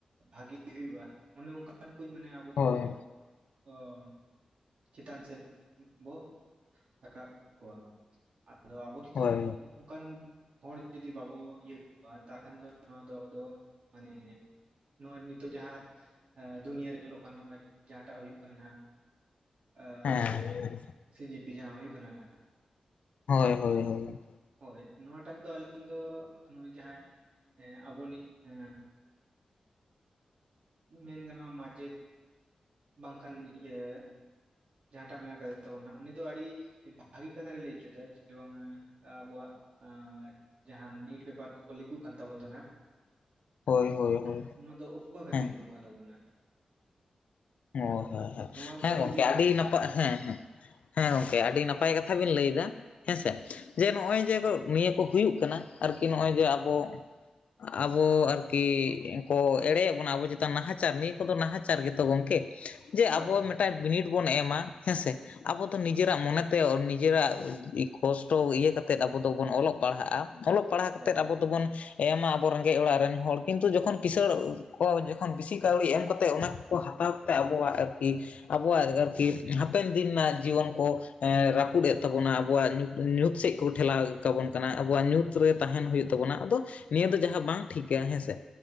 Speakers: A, on the right; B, on the left.
A: ᱵᱷᱟᱹᱜᱤ ᱦᱩᱭᱩᱜᱼᱟ᱾ ᱚᱱᱮ ᱚᱱᱠᱟᱱ ᱠᱩ ᱤᱧ ᱢᱟᱱᱮ ᱟᱹᱵᱩ
B: ᱦᱳᱭ
A: ᱫᱚ
B: ᱦᱳᱭ
A: ᱚᱸᱜ-ᱚᱸᱜ ᱪᱮᱛᱟᱱ ᱥᱮᱫ ᱵᱚ ᱨᱟᱠᱟᱵ ᱠᱚᱣᱟ᱾ ᱟᱫᱚ ᱟᱵᱚ ᱡᱩᱫᱤ
B: ᱦᱳᱭ
A: ᱚᱱᱠᱟᱱ ᱦᱚᱲ ᱡᱩᱫᱤ ᱵᱟᱵᱚᱱ ᱤᱭᱟᱹ ᱠᱚᱣᱟ ᱛᱟᱦᱚᱞᱮ ᱠᱷᱟᱱ ᱫᱚ ᱱᱚᱣᱟ ᱫᱚ ᱟᱵᱚ ᱫᱚ ᱢᱟᱱᱮ ᱱᱚᱜᱼᱚᱭ ᱱᱤᱛᱚᱜ ᱡᱟᱦᱟᱸ ᱮ ᱫᱩᱱᱭᱟᱹᱨᱮ ᱧᱮᱞᱚᱜ ᱠᱟᱱ ᱱᱚᱜᱼᱚᱭ ᱡᱟᱦᱟᱸᱴᱟᱜ ᱦᱩᱭᱩᱜ ᱠᱟᱱᱟ ᱱᱟᱜ᱾ ᱮᱸ
B: ᱦᱮᱸ
A: ᱥᱤᱡᱤ ᱥᱤᱡᱤᱯᱤ ᱡᱟᱦᱟᱸ ᱦᱩᱭᱩᱜ ᱠᱟᱱᱟ ᱱᱟᱦᱟᱜ᱾
B: ᱦᱳᱭ ᱦᱳᱭ ᱦᱳᱭ
A: ᱦᱳᱭ ᱱᱚᱣᱟ ᱴᱷᱟᱜ ᱫᱚ ᱟᱹᱞᱤᱧ ᱫᱚ ᱱᱚᱜᱼᱚᱭ ᱡᱟᱦᱟᱸᱭ ᱮᱸᱜ ᱟᱹᱵᱩᱱᱤᱡ ᱮᱸ ᱢᱮᱱ ᱜᱟᱱᱚᱜᱼᱟ, ᱢᱟᱪᱮᱫ ᱵᱟᱝᱠᱷᱟᱱ ᱤᱭᱟᱹ ᱡᱟᱦᱟᱸᱴᱷᱟᱜ ᱢᱮᱱᱟᱜ ᱟᱠᱟᱫᱮ ᱛᱟᱵᱚᱱᱟ ᱩᱱᱤ ᱫᱚ ᱟᱹᱰᱤ ᱵᱷᱟᱹᱜᱤ ᱠᱟᱛᱷᱟ ᱜᱮ ᱞᱟᱹᱭ ᱚᱪᱩᱭᱫᱟᱭ ᱡᱮ ᱵᱟᱝ ᱟᱵᱩᱣᱟᱜ ᱟᱸᱡ ᱡᱟᱦᱟᱸ ᱱᱤᱴ ᱯᱮᱯᱟᱨ ᱠᱩ ᱞᱤᱠᱩᱜ ᱠᱟᱱ ᱛᱟᱹᱵᱩᱱ ᱛᱟᱦᱮᱱᱟ ᱾
B: ᱦᱳᱭ ᱦᱳᱭ ᱦᱳᱭ
A: ᱱᱚᱣᱟ ᱫᱚ ᱚᱠᱚᱭ ᱚᱠᱟᱛᱮ
B: ᱦᱮᱸ
A: ᱞᱤᱠᱩᱜ ᱠᱟᱱ ᱛᱟᱵᱚᱱᱟ?
B: ᱚ ᱦᱳ ᱦᱳ
A: ᱱᱚᱣᱟ
B: ᱦᱮᱸ
A: ᱫᱚ
B: ᱜᱚᱝᱠᱮ
A: ᱞᱟᱹᱭ
B: ᱟᱹᱰᱤ ᱱᱟᱯᱟᱭ ᱦᱮᱸ ᱦᱮᱸ, ᱦᱮᱸ ᱜᱚᱝᱠᱮ ᱟᱹᱰᱤ ᱱᱟᱯ ᱱᱟᱯᱟᱭ ᱠᱟᱛᱷᱟ ᱵᱤᱱ ᱞᱟᱹᱭᱮᱫᱟ᱾ ᱦᱮᱸᱥᱮ ᱡᱮ ᱱᱚᱜᱼᱚᱭ ᱡᱮ ᱠᱩ ᱱᱤᱭᱟᱹ ᱠᱩ ᱦᱩᱭᱩᱜ ᱠᱟᱱᱟ ᱟᱨᱠᱤ ᱱᱚᱜᱼᱚᱭ ᱡᱮ ᱟᱹᱵᱳ ᱟᱵᱚ ᱟᱨᱠᱤ ᱠᱚ ᱮᱲᱮᱭᱮᱫ ᱵᱚᱱᱟ ᱟᱵᱩ ᱪᱮᱛᱟᱱ ᱱᱟᱦᱟᱪᱟᱨ ᱱᱤᱭᱟᱹ ᱠᱚᱫᱚ ᱱᱟᱦᱟᱪᱟᱨ ᱜᱮᱛᱚ ᱜᱚᱝᱠᱮ ᱡᱮ
A: ᱦᱳᱭ
B: ᱟᱵᱚ
A: ᱦᱳᱭ
B: ᱢᱤᱫᱴᱮᱱ ᱵᱤᱱᱤᱰ ᱵᱚᱱ ᱮᱢᱟ ᱦᱮᱸᱥᱮ ᱟᱵᱚ ᱫᱚ ᱱᱤᱡᱮᱨᱟᱜ ᱢᱚᱱᱮᱛᱮ ᱱᱤᱡᱮᱨᱟᱜ ᱤ ᱠᱚᱥᱴᱚ ᱤᱭᱟᱹ ᱠᱟᱛᱮᱫ ᱟᱵᱚ ᱫᱚᱵᱚᱱ ᱚᱞᱚᱜ ᱯᱟᱲᱦᱟᱜᱼᱟ ᱚᱞᱚᱜ ᱯᱟᱲᱦᱟᱜ
A: ᱦᱳᱭ
B: ᱠᱟᱛᱮᱫ
A: ᱦᱳᱭ
B: ᱟᱵᱚ ᱫᱚᱵᱚᱱ ᱮᱢᱟ ᱟᱵᱚ ᱨᱮᱸᱜᱮᱡ ᱚᱲᱟᱜ ᱨᱮᱱ ᱦᱚᱲ ᱠᱤᱱᱛᱩ ᱡᱚᱠᱷᱚᱱ ᱠᱤᱥᱟᱹᱬ ᱠᱚ ᱡᱚᱠᱷᱚᱱ ᱵᱤᱥᱤ ᱠᱟᱹᱣᱰᱤ ᱮᱢ ᱠᱟᱛᱮᱫ ᱚᱱᱟ ᱠᱩ ᱦᱟᱛᱟᱣ ᱟᱵᱚᱣᱟᱜ ᱟᱨᱠᱤ ᱟᱵᱚᱣᱟᱜ ᱟᱨᱠᱤ ᱦᱟᱯᱮᱱ ᱫᱤᱱ ᱨᱮᱱᱟᱜ ᱡᱤᱭᱚᱱ ᱠᱚ ᱮᱸ ᱨᱟᱹᱯᱩᱫ ᱮᱫ ᱛᱟᱵᱚᱱᱟ ᱟᱵᱚᱣᱟᱜ ᱧᱩ ᱧᱩᱛ ᱥᱮᱫ ᱠᱚ ᱴᱷᱮᱞᱟᱣ ᱠᱟᱵᱚᱱ ᱠᱟᱱᱟ ᱟᱵᱚᱣᱟᱜ ᱧᱩᱛ ᱨᱮ ᱛᱟᱦᱮᱱ ᱦᱩᱭᱩᱜ ᱛᱟᱵᱚᱱᱟ᱾ ᱟᱫᱚ ᱱᱤᱭᱟᱹ ᱫᱚ ᱡᱟᱦᱟᱸ ᱵᱟᱝ ᱴᱷᱤᱠᱟ ᱦᱮᱸ ᱥᱮ᱾